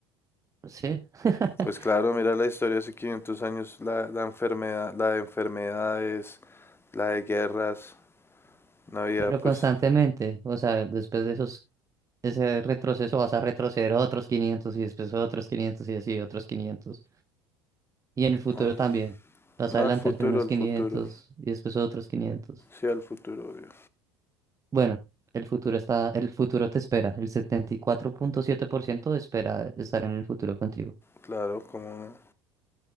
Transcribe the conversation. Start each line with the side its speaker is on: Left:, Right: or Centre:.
Right: ¿sí? <laughs>
Left: Pues claro, mira la historia hace 500 años, la, la enfermedad, la de enfermedades, la de guerras, no había
Right: Pero
Left: pues,
Right: constantemente, o sea, después de esos, ese retroceso vas a retroceder otros 500 y después otros 500 y así otros 500. Y en el futuro
Left: no,
Right: también. Vas a
Left: no,
Right: adelantarte
Left: al futuro,
Right: unos
Left: al
Right: 500
Left: futuro,
Right: y después otros quinientos
Left: sí al futuro, obvio.
Right: Bueno, el futuro está, el futuro te espera. El setenta y cuatro punto siete por ciento espera estar en el futuro contigo.
Left: Claro, como no,